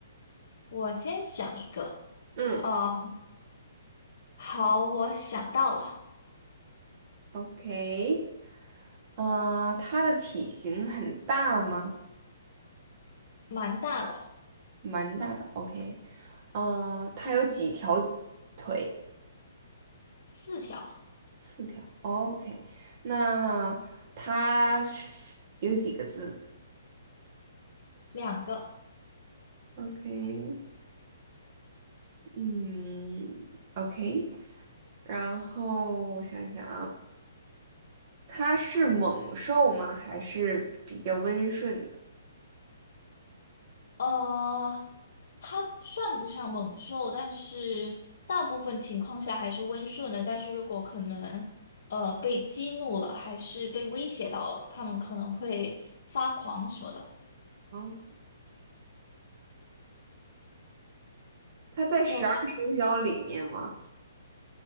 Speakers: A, on the left; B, on the right.
A: 我先想一个，
B: 嗯
A: 啊，好，我想到了，
B: ，OK，呃，它的体型很大吗？
A: 蛮大的，
B: 蛮大的，OK，呃，它有几条腿？
A: 四条，
B: 四条，OK，那它是有几个字
A: 两个。
B: ？OK，嗯，OK，然后我想一想啊，它是猛兽吗？还是比较温顺的？
A: 呃，它算不上猛兽，但是大部分情况下还是温顺的。但是如果可能，呃，被激怒了，还是被威胁到了，他们可能会发狂什么的，
B: 嗯，它在十二生肖里面吗？
A: 就还